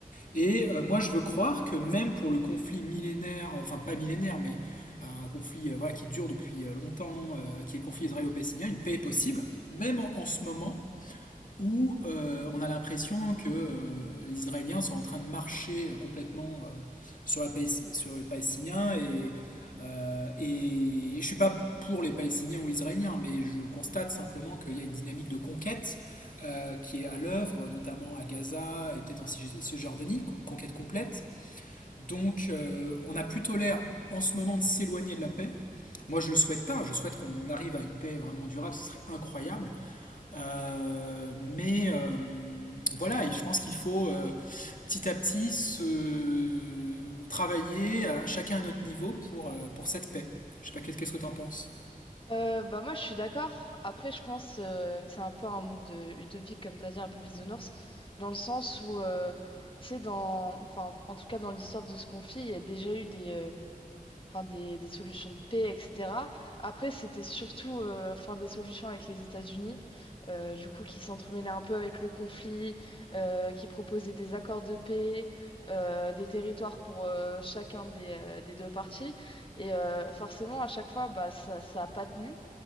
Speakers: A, on the left (about 60°); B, on the left (about 35°).
A: et euh, moi, je veux croire que même pour le conflit millénaire, euh, enfin pas millénaire, mais euh, un conflit euh, voilà, qui dure depuis euh, longtemps, euh, qui est le conflit israélo-palestinien, une paix est possible, même en, en ce moment, où euh, on a l'impression que euh, les Israéliens sont en train de marcher euh, complètement euh, sur, la sur les Palestiniens. Et, euh, et je ne suis pas pour les Palestiniens ou Israéliens, mais je constate simplement qu'il y a une dynamique de conquête euh, qui est à l'œuvre, notamment à Gaza et peut-être en Cisjordanie, une conquête complète. Donc euh, on a plutôt l'air en ce moment de s'éloigner de la paix. Moi, je ne le souhaite pas. Je souhaite qu'on arrive à une paix vraiment durable. Ce serait incroyable. Euh, mais euh, voilà, et je pense qu'il faut euh, petit à petit se travailler à chacun à notre niveau pour, euh, pour cette paix. Je sais pas, qu'est- qu'est-ce que t'en penses?
B: Euh, bah moi, je suis d'accord. Après, je pense euh, que c'est un peu un monde euh, utopique, comme t'as dit, un peu bisounours, dans le sens où, euh, tu sais, dans, enfin, en tout cas dans l'histoire de ce conflit, il y a déjà eu des, euh, enfin des, des solutions de paix, etc. Après, c'était surtout euh, enfin, des solutions avec les États-Unis, euh, du coup, qui s'entremêlaient un peu avec le conflit, euh, qui proposaient des accords de paix, euh, des territoires pour euh, chacun des, euh, des deux parties. Et euh, forcément, à chaque fois, bah, ça, ça a pas tenu.